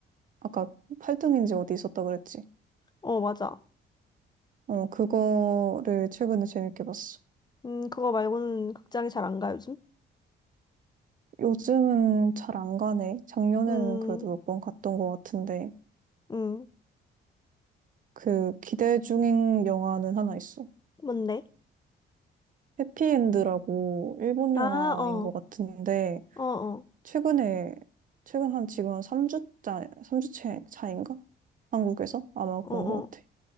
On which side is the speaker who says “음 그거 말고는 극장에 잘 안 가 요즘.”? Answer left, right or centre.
Left